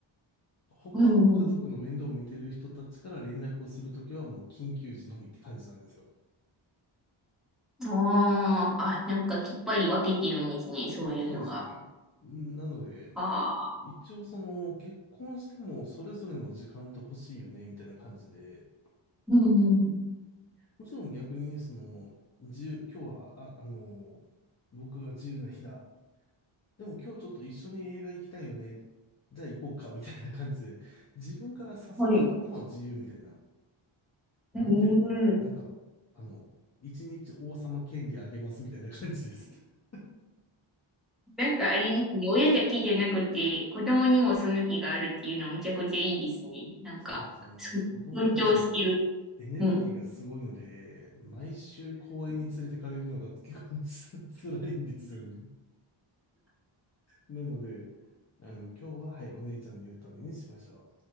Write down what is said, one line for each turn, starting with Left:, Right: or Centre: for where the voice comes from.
Left: 他の家族の面倒を見てる人たちから連絡をするときはもう緊急時のみって感じなんですよ。
Centre: うん。ああ、あ、なんかきっぱり分けてるんですね、そういうのが。
Left: そうですね。んなので、
Centre: ああ、
Left: 一応その結婚してもそれぞれの時間って欲しいよねみたいな感じで、
Centre: うん、
Left: もちろん逆にね、その、自由、今日は、あ、あの、僕が自由な日だ。でも今日ちょっと一緒に映画行きたいよね。じゃあ行こうか、みたいな感じで、自分から誘
Centre: はい。
Left: うのは自由みたいな。なんていうのかな。
Centre: うん。
Left: なんか、あの、一日王様権利あげますみたいな感じです。<laughs>
Centre: なんかあれですね、親だけじゃなくて、子供にもその日があるっていうのめちゃくちゃいいですね。なんか、
Left: そうなんです。あの、
Centre: そう、
Left: 子供たちの
Centre: 尊重してる。
Left: エネルギーがすごいので、
Centre: うん。
Left: 毎週公園に連れてかれるのが結構 <laughs> 辛いんですよね。なので、あの、今日は、はい、お姉ちゃんの言う通りにしましょう。